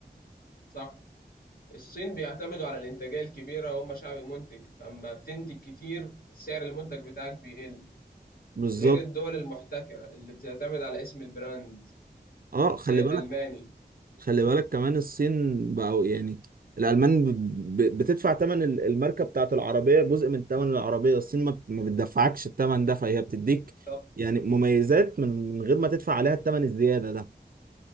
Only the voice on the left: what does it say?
صح الصين بيعتمدوا على الإنتاجية الكبيرة وهم شعب منتج فأما بتنتج كتير سعر المنتج بتاعك بيقل
غير الدول المحتكرة اللي بتعتمد على اسم البراند
زي الألماني
بالضبط